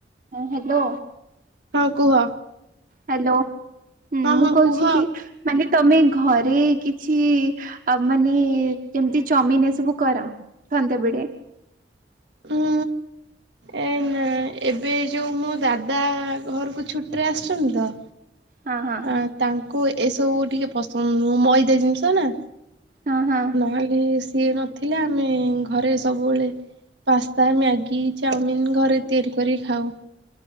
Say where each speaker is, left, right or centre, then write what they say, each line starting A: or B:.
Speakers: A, on the right; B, on the right.
A: ହ୍ୟାଲୋ
B: ହଁ କୁହ।
A: ହ୍ୟାଲୋ
B: ହଁ
A: ମୁଁ
B: ହଁ
A: କହୁଛି
B: କୁହ
A: କି ମାନେ ତମେ ଘରେ କିଛି ଆ ମାନେ ଯେମିତି ଚଉମିନ ଏସବୁ କର ସନ୍ଧ୍ୟାବେଳେ।
B: ଉଁ ଏ ନା ଏବେ ଯୋଉ ମୋ ଦାଦା ଘରକୁ ଛୁଟିରେ ଆସିଛନ୍ତି ତ।
A: ହଁ ହଁ।
B: ଆ ତାଙ୍କୁ ଏସବୁ ଟିକେ ପସନ୍ଦ ନୁହଁ ମଇଦା ଜିନିଷ ନା।
A: ହଁ ହଁ।
B: ନହେଲେ ସିଏ ନଥିଲେ ଆମେ ଘରେ ସବୁବେଳେ ପାସ୍ତା, ମ୍ୟାଗି, ଚାଉମିିନ ଘରେ ତିଆରି କରି ଖାଉ।